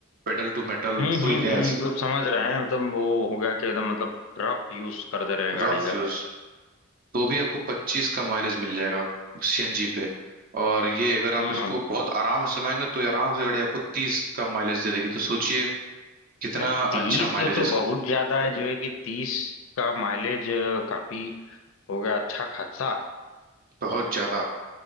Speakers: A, on the right; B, on the left.
A: pedal to metal
B: हम्म
A: full
B: हम्म
A: gas
B: हम्म, मतलब समझ रहे हैं मतलब वो हो गया कि एकदम मतलब रफ यूज कर दे रहे हैं गाड़ी
A: rough
B: का
A: use तो भी आपको पच्चीस का माइलेज मिल जाएगा सीएनजी पे और ये अगर आप
B: हम्म
A: इसको बहुत आराम से चलाएंगे तो ये आराम से गाड़ी आपको तीस का माइलेज दे देगी तो सोचिए कितना
B: यार तीस
A: अच्छा माइलेज है
B: तो
A: इसका
B: बहुत ज्यादा है जो है कि तीस का माइलेज काफी हो गया अच्छा खासा
A: बहुत ज्यादा